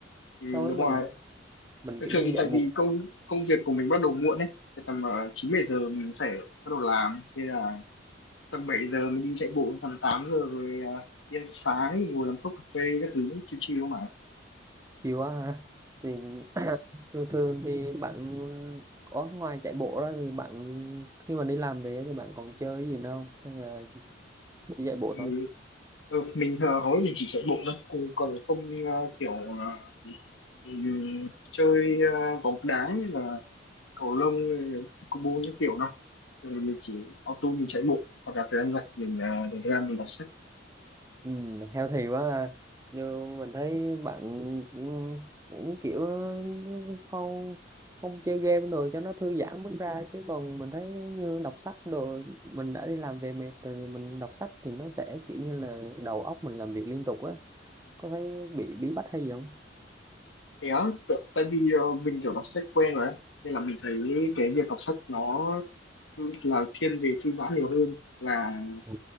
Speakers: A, on the left; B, on the right.
A: ừ,
B: so với
A: đúng
B: mình
A: rồi
B: mình
A: thường
B: kiểu
A: thường
B: như
A: thì
B: dậy
A: tại
B: muộn
A: vì công công việc của mình bắt đầu muộn ấy Thì tầm uh, chín bảy giờ mình phải bắt đầu làm thế là tầm 7 giờ mình đi chạy bộ tầm 8 giờ rồi ờ, đi ăn sáng ngồi làm cốc cà phê các thứ chill chill mà
B: chiều á hả thì <coughs> <clears throat> thường thường thì bạn có ngoài chạy bộ ra thì bạn khi mà đi làm về thì bạn còn chơi cái gì nữa không hay là chỉ chạy bộ
A: <laughs>
B: thôi
A: ừ, mình ờ, hầu hết mình chỉ chạy bộ thôi cũng còn không ờ, kiểu ờ, ừm, chơi ờ, bóng đá hay là cầu lông ờ, pickleball những kiểu đâu Thường mình chỉ auto mình chạy bộ hoặc là thời gian rảnh mình ờ, dành ra mình đọc sách
B: Ừ, healthy quá ha. Nhưng mình thấy bạn cũng, cũng kiểu không không chơi game đồ cho nó thư giãn bước ra chứ còn mình thấy như đọc sách đồ mình đã đi làm về mệt rồi thì mình đọc sách thì nó sẽ kiểu như là đầu óc mình làm việc liên tục á có thấy bị bí bách hay gì không?
A: thế á tự- tại vì ờ, mình kiểu đọc sách quen rồi ấy. nên là mình thấy cái việc đọc sách nó thư- là thiên về thư giãn nhiều hơn là
B: Ừ.